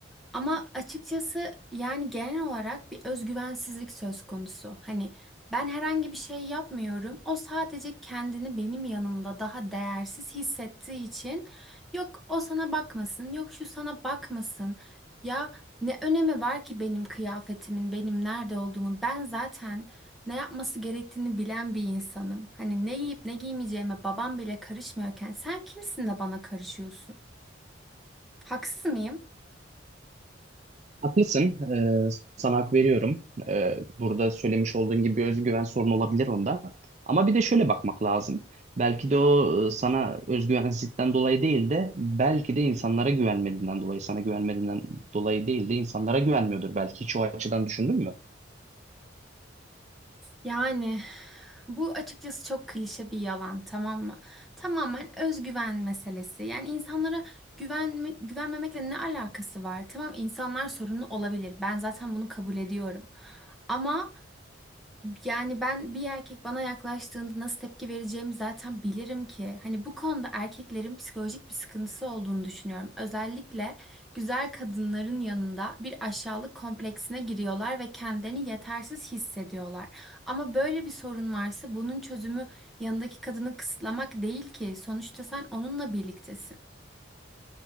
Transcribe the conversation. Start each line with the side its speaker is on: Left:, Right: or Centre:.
Centre: ama açıkçası yani genel olarak bir özgüvensizlik söz konusu. Hani ben herhangi bir şey yapmıyorum. O sadece kendini benim yanımda daha değersiz hissettiği için yok o sana bakmasın, yok şu sana bakmasın. Ya ne önemi var ki benim kıyafetimin, benim nerede olduğumun? Ben zaten ne yapması gerektiğini bilen bir insanım. Hani ne yiyip ne giymeyeceğime babam bile karışmıyorken sen kimsin de bana karışıyorsun? Haksız mıyım?
Right: Haklısın. Ee, sana hak veriyorum. Ee, burada söylemiş olduğun gibi bir özgüven sorunu olabilir onda. Ama bir de şöyle bakmak lazım. Belki de o e, sana özgüvensizlikten dolayı değil de belki de insanlara güvenmediğinden dolayı, sana güvenmediğinden dolayı değil de insanlara güvenmiyordur. Belki hiç o açıdan düşündün mü?
Centre: Yani bu açıkçası çok klişe bir yalan tamam mı? Tamamen özgüven meselesi. Yani insanlara güvenme, güvenmemekle ne alakası var? Tamam insanlar sorunlu olabilir. Ben zaten bunu kabul ediyorum. Ama yani ben bir erkek bana yaklaştığında nasıl tepki vereceğimi zaten bilirim ki. Hani bu konuda erkeklerin psikolojik bir sıkıntısı olduğunu düşünüyorum. Özellikle güzel kadınların yanında bir aşağılık kompleksine giriyorlar ve kendilerini yetersiz hissediyorlar. Ama böyle bir sorun varsa bunun çözümü yanındaki kadını kısıtlamak değil ki. Sonuçta sen onunla birliktesin.